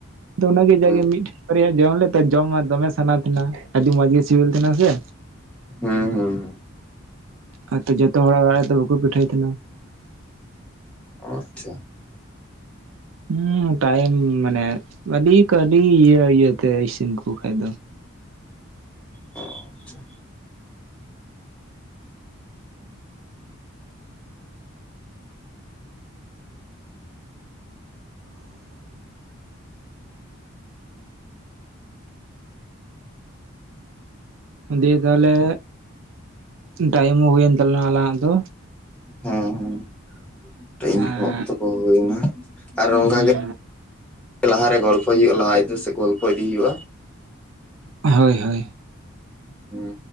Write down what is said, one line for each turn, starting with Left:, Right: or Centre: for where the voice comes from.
Right: ᱫᱚ ᱚᱱᱟᱜᱮ
Centre: ᱦᱩᱸ
Right: ᱡᱟᱜᱮ ᱢᱤᱫᱴᱮᱡ ᱵᱟᱨᱭᱟ ᱡᱚᱢ ᱞᱮᱫᱟ ᱡᱚᱢᱟ, ᱫᱚᱢᱮ ᱥᱟᱱᱟ ᱛᱟᱦᱮᱱᱟ ᱟᱹᱰᱤ ᱢᱚᱸᱡᱽ ᱜᱮ ᱥᱤᱵᱤᱞ ᱛᱟᱦᱮᱱᱟ ᱥᱮ?
Centre: ᱦᱩ ᱦᱩ ᱦᱩ
Right: ᱟᱨᱛᱚ ᱡᱷᱚᱛᱚ ᱦᱚᱲᱟᱜ ᱚᱲᱟᱜ ᱨᱮᱫᱚ ᱵᱟᱠᱚ ᱯᱤᱴᱷᱟᱹᱭ ᱛᱟᱦᱮᱱᱟ᱾
Centre: ᱚ ᱟᱪᱪᱷᱟ
Right: ᱦᱮᱸ ᱴᱟᱭᱤᱢ ᱢᱟᱱᱮ ᱟᱹᱰᱤ ᱟᱹᱰᱤ ᱤᱭᱟᱹ ᱤᱭᱟᱹᱛᱮ ᱤᱥᱤᱱ ᱠᱚ ᱠᱷᱟᱡ ᱫᱚ᱾
Centre: ᱚ ᱟᱪᱪᱷᱟ
Right: ᱫᱤᱭᱮ ᱛᱟᱦᱚᱞᱮ ᱴᱟᱭᱤᱢ ᱦᱚᱸ ᱦᱩᱭᱮᱱ ᱛᱟᱞᱟᱝᱟ ᱟᱞᱟᱝᱟᱜ ᱫᱚ᱾
Centre: ᱦᱮᱸ ᱦᱮᱸ ᱴᱟᱭᱤᱢ
Right: ᱮᱸ
Centre: ᱠᱚ ᱚᱠᱛᱚ ᱠᱚ ᱦᱳᱭ‌ᱱᱟ᱾ ᱟᱨ ᱚᱝᱠᱟᱜᱮ,
Right: ᱦᱩᱸ
Centre: ᱞᱟᱦᱟᱨᱮ ᱜᱚᱞᱯᱚ ᱦᱳᱭᱳᱜᱼᱟ ᱞᱟᱦᱟ ᱤᱫᱤ ᱥᱮᱫ ᱜᱚᱞᱯᱚ ᱤᱫᱤ ᱦᱩᱭᱩᱜᱼᱟ᱾
Right: ᱦᱳᱭ ᱦᱳᱭ
Centre: ᱦᱩᱸ